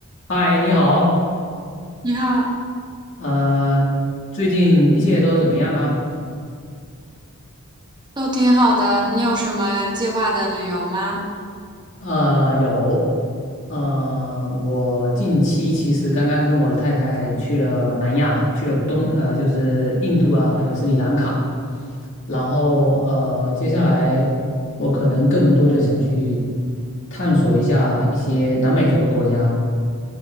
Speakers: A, on the left; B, on the right.
A: 嗨，你好，
B: 你好，
A: 呃，最近一切都怎么样啊？
B: 都挺好的。你有什么计划的旅游吗？
A: 呃，有，呃，我近期其实刚刚跟我的太太去了南亚，去了东，呃，就是印度啊，还有斯里兰卡，然后呃，接下来我可能更多的想去探索一下一些南美洲的国家，